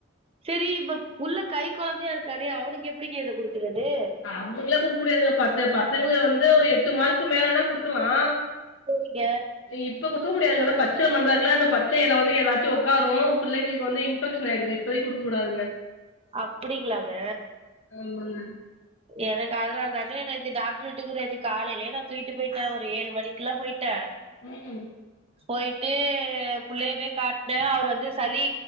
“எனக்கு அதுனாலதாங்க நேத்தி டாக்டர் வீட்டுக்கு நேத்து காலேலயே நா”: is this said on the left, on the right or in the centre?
Right